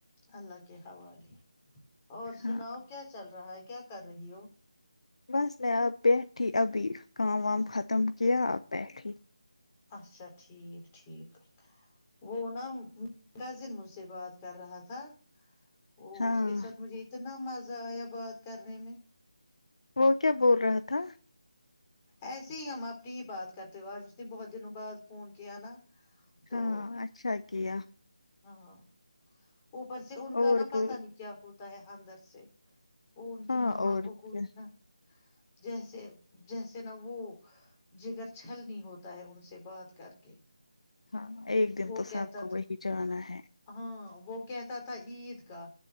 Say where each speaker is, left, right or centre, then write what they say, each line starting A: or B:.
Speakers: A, on the left (about 20°); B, on the left (about 65°).
A: اللہ کے حوالے اور سناؤ
B: ہاں
A: کیا چل رہا ہے کیا کر رہی ہو
B: بس میں آپ بیٹھی ابھی کام وام ختم کیا آپ بیٹھی
A: اچھا ٹھیک ٹھیک وہ نا کزن مجھ سے بات کر رہا تھا وہ
B: ہاں
A: اس کے ساتھ مجھے اتنا مز ذائع باد کرنے میں
B: وہ کیا بول رہا تھا
A: ایسے ہی ہم اپنی ہی بات کرتے ہو آج اس نے بہت دنوں بعد فون کیا نا
B: ہاں
A: تو
B: اچھا گیا
A: ہاں اوپر سے ان کا
B: اور
A: نا پتا
B: بول
A: نہیں کیا ہوتا ہے اندر سے وہ ان کی
B: ہاں
A: ماںاما
B: اور
A: کو کوئی
B: کیا
A: نا جیسے جیسے نا وہ جگر چھل نہیں ہوتا ہے ان سے بات کر کے
B: ہاں ایک دن
A: وہ
B: تو
A: کہتا
B: سب کو وہی کرانا ہے
A: ہاں وہ کہتا تھا عید کا